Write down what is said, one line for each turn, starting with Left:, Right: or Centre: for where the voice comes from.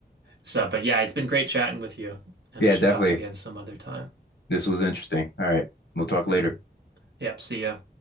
Right: so, but yeah, it's been great chatting with you, and
Left: Yeah,
Right: we should
Left: definitely.
Right: talk again some other time.
Left: This was interesting. All right. We'll talk later.
Right: hmm Yep, see ya.